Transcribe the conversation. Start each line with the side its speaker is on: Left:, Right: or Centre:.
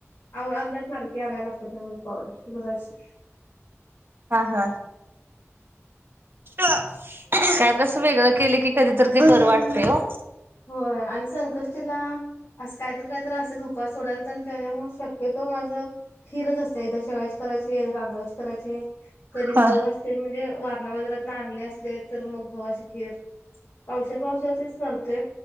Left: आव, आमच्यात सारखी आणायला लागते मला पावडर दुधाची.
Right: हां हां <unintelligible> काय तर असं वेगळं केलं की कधीतरी ते बरं वाटतय हो.
Left: होय आणि संकष्टीला असं कायतर कायतर असत्यात उपवास सोडायला तर त्याच्यामुळे शक्य तो माझं खिरच असतयं. एकदा शेवयाच करायची. एकदा तांदळाची करायची. कधी गहु
Right: होय हम्म
Left: अस असेल म्हणजे वारणा बाजारात आणले असले तर, मग गव्हाची खीर पावशेर पावशेरचेच करतोय.